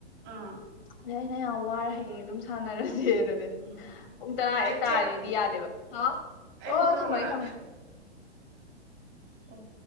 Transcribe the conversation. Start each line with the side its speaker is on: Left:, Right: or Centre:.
Right: ꯑꯥ
Left: ꯑꯗꯩ ꯑꯩꯅ ꯌꯥꯝ ꯋꯥꯔꯦ ꯍꯌꯦꯡ ꯑꯗꯨꯝ ꯁꯥꯟꯅꯔ ꯖꯦꯗꯅꯦ
Right: ꯎꯝ
Left: ꯄꯨꯡ ꯇꯔꯥ
Right: ꯆꯦ
Left: ꯍꯦꯛ ꯇꯥꯔꯗꯤ
Right: ꯆꯦ
Left: ꯑꯩꯗꯤ ꯌꯥꯗꯦꯕ ꯍꯥꯎ
Right: ꯑꯩꯃꯨꯛ
Left: ꯑꯣ
Right: ꯇꯧꯔꯛꯑꯣꯔꯥ
Left: ꯊꯝꯃꯒꯦ ꯊꯝꯃꯒꯦ
Right: ꯑꯣ <inaudible>